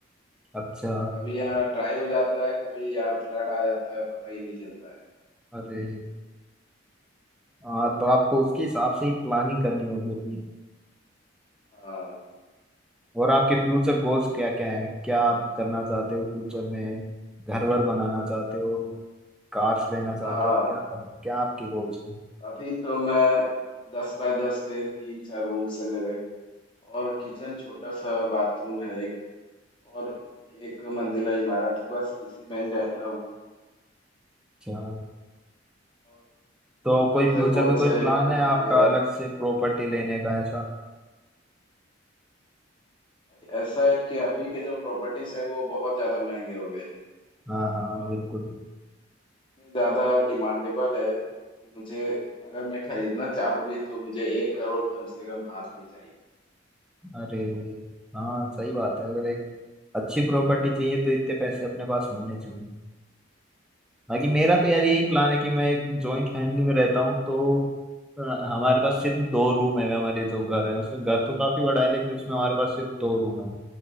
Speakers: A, in the centre; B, on the left.
A: अच्छा
B: कभी यहाँ ड्राई हो जाता है कभी यहाँ फ्लड आ जाता है पता ही नहीं चलता है
A: अरे हाँ तो आपको उसके हिसाब से ही प्लानिंग करनी होगी अपनी
B: हाँ
A: और आपके फ्यूचर गोल्स क्या क्या हैं क्या आप करना चाहते हो फ्यूचर में घर वर बनाना चाहते हो कार्स लेना चाहते
B: हाँ
A: हो क्या करना क्या आपके
B: बिल्कुल
A: गोल्स हैं
B: अभी तो मैं दस बाय दस के तीन चार रूम से मेरे और किचन छोटा सा बाथरूम है एक और एक मंजिला इमारत है बस इसी में ही रहता हूँ
A: अच्छा
B: और
A: तो
B: फ्यूचर
A: कोई फ्यूचर
B: गोल्स
A: में कोई
B: है
A: प्लान
B: कि
A: है आपका
B: मेरा
A: अलग से प्रॉपर्टी लेने का ऐसा
B: भाई ऐसा है कि अभी के जो प्रॉपर्टीज है वो बहुत ज़्यादा महंगे हो गए
A: हाँ हाँ
B: और
A: बिल्कुल
B: इतने ज़्यादा डिमांडेबल है कि मुझे अगर मैं खरीदना चाहूँ भी तो मुझे एक करोड़ कम से कम हाथ पे चाहिए
A: अरे हाँ सही बात है अगर एक अच्छी प्रॉपर्टी चाहिए तो इतने पैसे अपने पास होने चाहिए बाकी मेरा तो यार यही प्लान है कि मैं एक जॉइंट फैमिली में रहता हूँ तो अ, हमारे पास सिर्फ दो रूम है हमारे जो घर है उसमें घर तो काफी बड़ा है लेकिन उसमें हमारे पास सिर्फ दो रूम है